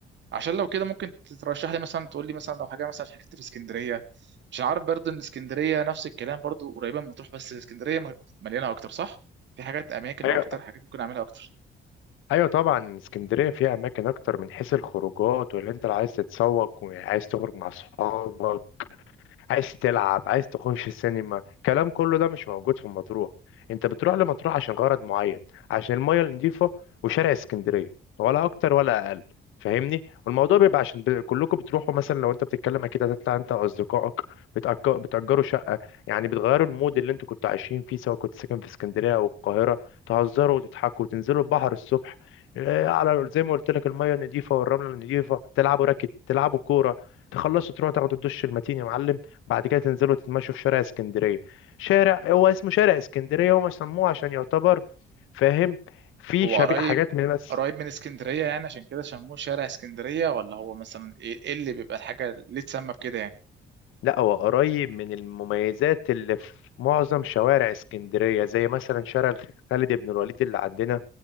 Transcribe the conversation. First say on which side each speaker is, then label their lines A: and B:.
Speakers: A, on the right; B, on the left.
A: عشان لو كده ممكن ترشح لي مثلا تقول لي مثلا لو حاجه مثلا حكيت في اسكندريه مش عارف برضه ان اسكندريه نفس الكلام برضه قريبه من مطروح بس اسكندريه م- مليانه اكتر صح في حاجات اماكن
B: ايوه
A: اكتر حاجات ممكن اعملها اكتر
B: ايوه طبعا اسكندريه فيها اماكن اكتر من حيث الخروجات ولا انت اللي عايز تتسوق وعايز تخرج مع اصحابك عايز تلعب عايز تخش السينما الكلام كله ده مش موجود في مطروح انت بتروح لمطروح عشان غرض معين عشان المية النظيفة وشارع اسكندرية ولا اكتر ولا اقل فاهمني والموضوع بيبقى عشان ب... كلكم بتروحوا مثلا لو انت بتتكلم اكيد هتطلع انت واصدقائك بتأك... بتأجروا شقة يعني بتغيروا المود اللي انتوا كنتوا عايشين فيه سواء كنت ساكن في اسكندرية او القاهرة تهزروا وتضحكوا وتنزلوا البحر الصبح اه، على زي ما قلت لك المية النظيفة والرملة النظيفة تلعبوا راكت تلعبوا كورة تخلصوا تروحوا تاخدوا الدش المتين يا معلم بعد كده تنزلوا تتمشوا في شارع اسكندرية شارع هو اسمه شارع اسكندرية هم سموه عشان يعتبر فاهم في
A: هو
B: شبيه
A: قريب
B: حاجات من بس
A: قريب من اسكندريه يعني عشان كده سموه شارع اسكندريه ولا هو مثلا ايه إيه اللي بيبقى الحاجه ليه تسمى بكده يعني
B: لا هو قريب من المميزات اللي في معظم شوارع اسكندرية زي مثلا شارع الخ- خالد بن الوليد اللي عندنا